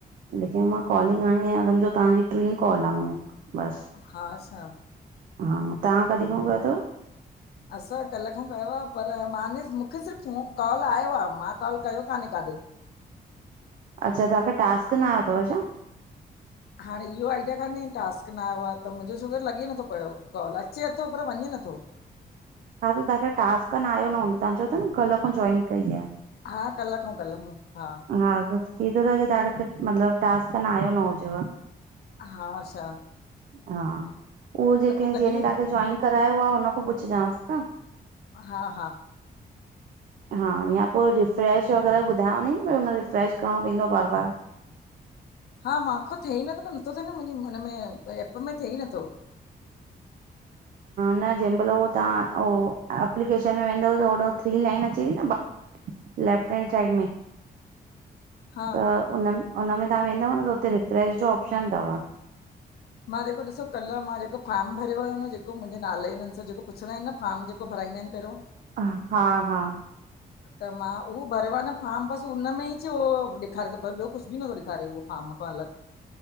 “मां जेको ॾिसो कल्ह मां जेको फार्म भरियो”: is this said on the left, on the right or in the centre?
Left